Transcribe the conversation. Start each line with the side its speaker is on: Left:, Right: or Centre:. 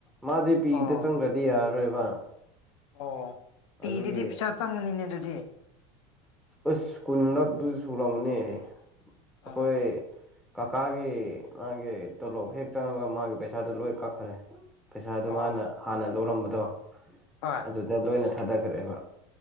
Centre: ꯃꯥꯗꯤ ꯄꯤꯗ
Left: ꯑꯣ
Centre: ꯆꯪꯗ꯭ꯔꯗꯤ ꯌꯥꯔꯔꯣꯏꯕ
Left: ꯑꯣ ꯄꯤꯗꯗꯤ
Centre: ꯑꯗꯨꯒꯤ
Left: ꯄꯩꯁꯥ ꯆꯪꯒꯅꯤꯅꯦ ꯑꯗꯨꯗꯤ
Centre: ꯑꯁ ꯀꯨꯟꯂꯛꯇꯨ ꯁꯨꯔꯝꯅꯦ ꯑꯩꯈꯣꯏ
Left: ꯑꯣ
Centre: ꯀꯀꯥꯒꯤ ꯃꯥꯒꯤ ꯇꯣꯂꯣꯞ ꯍꯦꯛ ꯆꯪꯉꯒ ꯃꯥꯒꯤ ꯄꯩꯁꯥꯗꯨꯣ ꯂꯣꯏ ꯀꯛꯈ꯭ꯔꯦ ꯄꯩꯁꯥꯗꯨ
Left: ꯑꯣ
Centre: ꯃꯥꯅ ꯍꯥꯟꯅ ꯂꯧꯔꯝꯕꯗꯣ
Left: ꯍꯣꯏ
Centre: ꯑꯗꯨꯗ ꯂꯣꯏꯅ ꯊꯥꯗꯈ꯭ꯔꯦꯕ